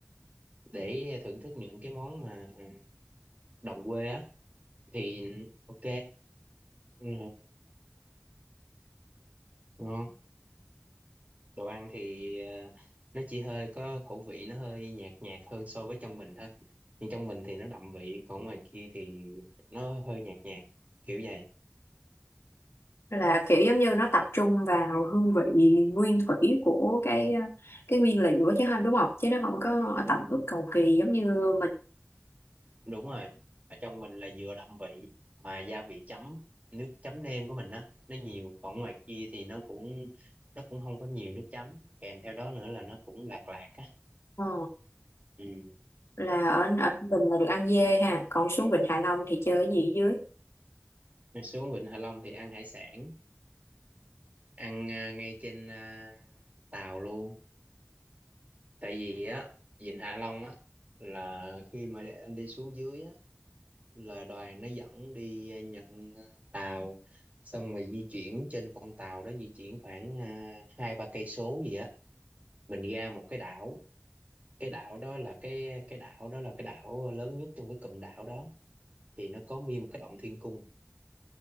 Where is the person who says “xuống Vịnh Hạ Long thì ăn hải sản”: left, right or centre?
Right